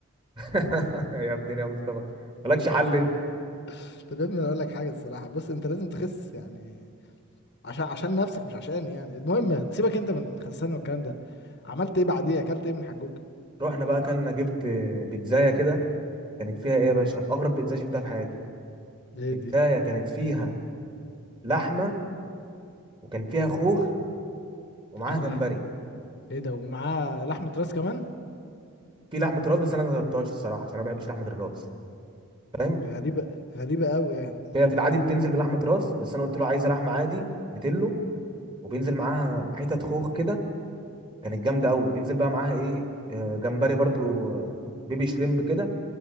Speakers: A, on the right; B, on the left.
A: <laughs> يا ابني يا مصطفى مالكش حل انت.
B: <laughs> طب يا ابني انا اقول لك حاجة الصراحة بص انت لازم تخس يعني عشان عشان نفسك مش عشاني يعني المهم سيبك انت من الخسسان والكلام ده عملت ايه بعديه اكلت ايه من حجوج
A: رحنا بقى اكلنا جبت بيتزاية كده كانت فيها ايه يا باشا اغرب بيتزاية شفتها في حياتي
B: ليه
A: بيتزاية
B: دي
A: كانت فيها لحمة وكان فيها خوخ ومعاها
B: قال
A: جمبري
B: لها ايه ده ومعاه لحمه راس كمان
A: في لحمة راس بس انا ما جربتهاش الصراحة عشان انا ما بحبش لحمة الراس فاهم
B: غريبه غريبه قوي يعني
A: هي في العادي بتنزل بلحمة راس بس انا قلت له عايزة لحمة عادي بتلو وبينزل معاها حتت خوخ كده كانت جامدة قوي بينزل بقى معاها ايه آه، جمبري برضو آه، بيبي شريمب كده